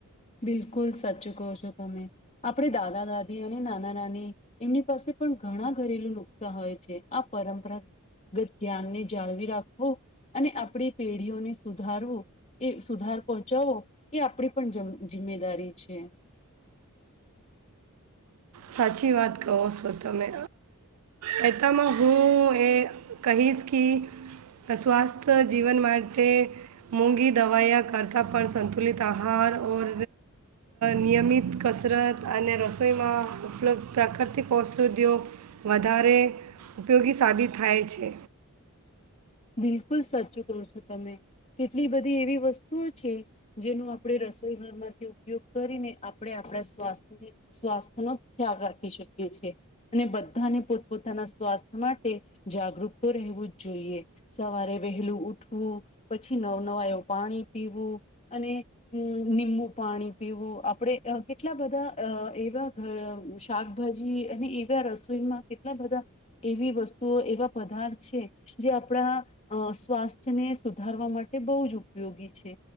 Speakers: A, on the left; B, on the right.
A: બિલકુલ સાચચ કહો છો તમે આપણે દાદા દાદી અને નાના નાની એમની પાસે પણ ઘણા ઘરેલું નુકસા હોય છે આ પરંપરાગત ગધ્યાન નને જાળવી રાખવું અને આપણી પેઢીઓને સુધારવું એ સુધાર પહોંચાડવો એ આપણે પણ જમ જિમ્મેદારી છે.
B: સાચી વાત કહો સો તમે કહેતામાં હું એ કહીશ કે સ્વાસ્થ્ય જીવન માટે મોઘી દવાયા કરતાં પણ સંતુલિત આહાર ઓર નિયમિત કસરત અને રસોઈમાં ઉપલબ્ધ પ્રાકૃતિક ઔષધિઓ વધારે ઉપયોગી સાબિત થાય છે.
A: બિલકુલ સાચું કોહ છો તમે કેટલી બધી એવી વસ્તુઓ છે જેનો આપણે રસોઈ ઘરમાંથી ઉપયોગ કરીને આપણે આપણા સ્વાસ્થ્ય સ્વાસ્થ્યનો ખ્યાલ રાખી શકીએ છી અને બધાને પોતપોતાના સ્વાસ્થ્ય માટે જાગૃત તો રહેવું જ જોઈએ. સવારે વહેલું ઉઠવું પછી નવ નવા એવું પાણી પીવું અનેમ નિંબુ પાણી પીવું આપણે કેટલા બધા અ એવા આ શાકભાજી અને એવા રસોઈમાં કેટલા બધા એવી વસ્તુઓ એવા પદાર્થ છે જે આપણા અ સ્વાસ્થ્યને સુધારવા માટે બહુ જ ઉપયોગી છે